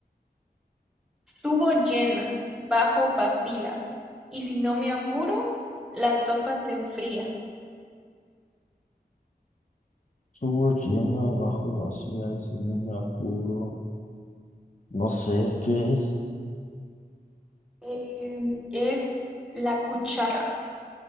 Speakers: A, in the centre; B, on the left.
A: subo llena, bajo vacía, y si no me apuro, la sopa se enfría.
B: <laughs> Estuvo lleno, bajo, vacía, eso no me apuro. No sé qué es.
A: Eh, es la cuchara.